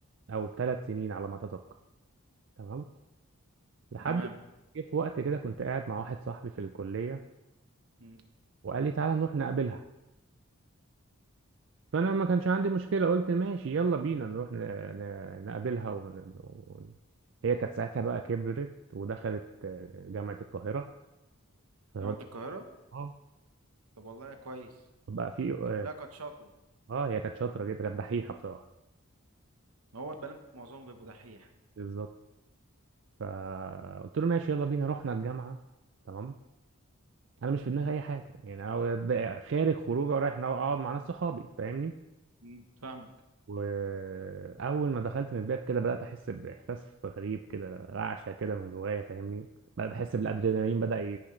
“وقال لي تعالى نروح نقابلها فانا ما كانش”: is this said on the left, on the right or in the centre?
Right